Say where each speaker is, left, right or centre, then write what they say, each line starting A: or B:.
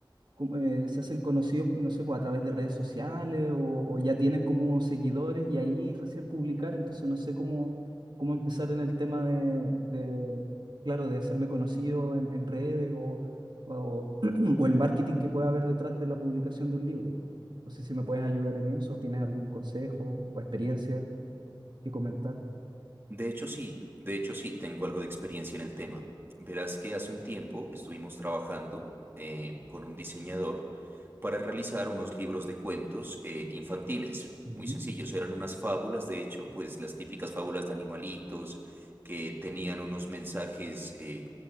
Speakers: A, on the right; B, on the right.
A: como, eh, se hacen conocidos, no sé, pues a través de redes sociales o, o ya tienen como seguidores y ahí recién publicar, entonces no sé cómo, cómo empezar en el tema de, de, claro, de hacerme conocido en, en redes o, o, <clears throat> o el marketing que pueda haber detrás de la publicación de un libro. No sé si me puedes ayudar en eso, tienes algún consejo o experiencia que comentar.
B: De hecho, sí, de hecho, sí, tengo algo de experiencia en el tema. Verás que hace un tiempo estuvimos trabajando eh, con un diseñador para realizar unos libros de cuentos eh, infantiles,
A: Ujú.
B: muy sencillos, eran unas fábulas, de hecho, pues las típicas fábulas de animalitos que tenían unos mensajes eh,